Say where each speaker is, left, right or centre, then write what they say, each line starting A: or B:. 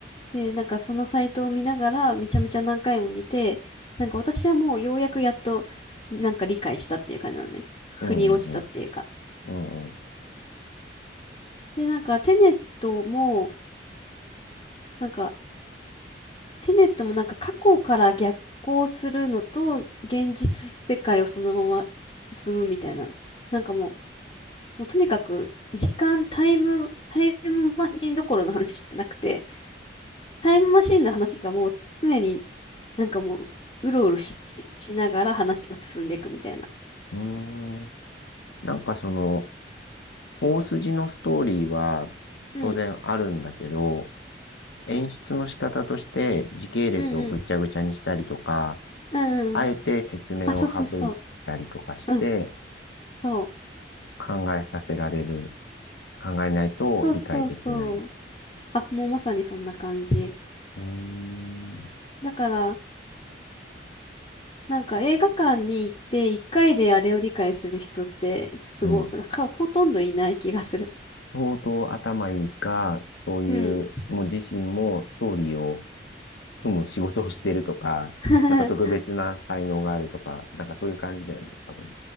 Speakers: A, on the left; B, on the left.
A: で、なんかそのサイトを見ながら、めちゃめちゃ何回も見て、なんか私はもうようやくやっと、なんか理解したっていう感じなのね。腑に落ちたっていうか。
B: うんうんうん
A: で、なんかテネットも、なんか、テネットもなんか過去から逆行するのと、現実世界をそのまま進むみたいな。なんかもう、もうとにかく、時間、タイム、タイムマシンどころの話じゃなくて、タイムマシンの話がもう常になんかもう、うろうろし、しながら話が進んでいくみたいな。
B: うんうんなんかその大筋のストーリーは当然あるんだけど、
A: うん、
B: 演出の仕方として時系列をぐちゃぐちゃにしたりとか、
A: うん、うん。うんうん。
B: あえて説明を省いたりとかして
A: あ、そうそうそう。うん、そう。
B: 考えさせられる。考えないと理解できない。
A: そうそうそう。
B: う
A: あ、もうまさにそんな感じ。
B: ーん。
A: だから、なんか映画館に行って一回であれを理解する人ってすご、
B: うん。
A: か、ほとんどいない気がする。
B: 相当頭いいか、そういう、
A: うん。
B: もう自身もストーリーを組む仕事をしてるとか、
A: <laughs>
B: なんか特別な才能があるとか、なんかそういう感じだよね、多分ね。